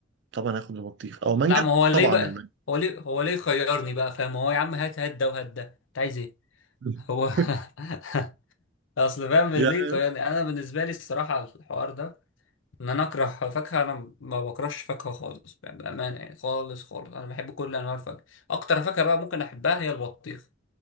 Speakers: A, on the right; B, on the left.
A: طبعا هاخد البطيخ او مانجا
B: لا ما هو ليه
A: طبعا
B: بقى
A: المانجا
B: هو ليه هو ليه خيرني بقى فاهم هو يا عم هات هات ده وهات ده انت عايز ايه
A: <laughs>
B: هو <laughs> اصل فاهم
A: يعني
B: ليه خيرني انا بالنسبه لي الصراحه الحوار ده ان انا اكره فاكهه انا ما بكرهش فاكهه خالص يعني بامانه يعني خالص خالص انا بحب كل انواع الفاكهه اكتر فاكهه بقى ممكن احبها هي البطيخ